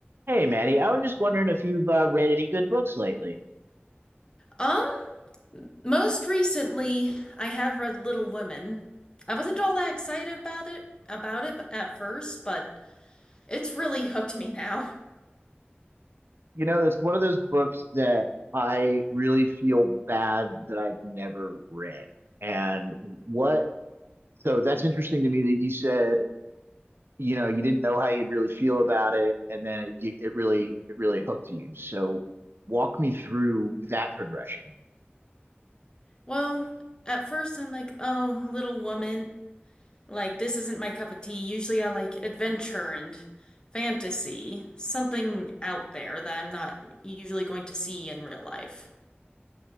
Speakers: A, on the right (about 70°); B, on the left (about 20°).
A: Hey, Maddie, I was just wondering if you've uh, read any good books lately.
B: Um, most recently, I have read Little Women. I wasn't all that excited about it about it b- at first, but it's really hooked me now.
A: You know, it's one of those books that I really feel bad that I've never read. And what, so that's interesting to me that you said, you know, you didn't know how you'd really feel about it, and then it, you- it really, it really hooked you. So walk me through that progression.
B: Well, at first I'm like, "Oh, Little Woman, like this isn't my cup of tea. Usually I like adventure and fantasy, something out there that I'm not usually going to see in real life."